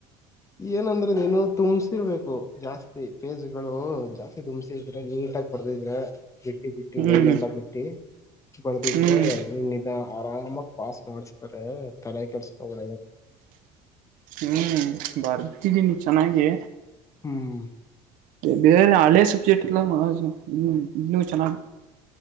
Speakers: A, on the left; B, on the right.
A: ಏನಂದ್ರೆ ನೀನು ತುಂಬಸಿರ್ಬೇಕು ಜಾಸ್ತಿ ಫೇಜ್ ಗಳು ಜಾಸ್ತಿ ತುಂಬಸಿದ್ರೆ ನೀಟಾಗಿ ಬ ಮಾಡದ ಇದ್ರ ಬಿಡ್ಡಿ ಬಿಟ್ಟಿ
B: ಹ್ಮ್
A: ಲೈನ್ ಎಲ್ಲಾ ಬಿಟ್ಟಿ ಬಳದಿದ್ರೆ
B: ಹ್ಮ್
A: ನಿ ಆರಾಮ ಮಾಡಿಸ್ತಾರೆ ತಲೆ ಕೆಸ್ಕೋಬುದು
B: ಹ್ಮ ಬರ್ತಿದ್ದೀನಿ ಚೆನ್ನಾಗಿ
A: ಹ್ಮ್
B: ಬೇ ಆ ಸಬ್ಜೆಕ್ಟ್ ಚ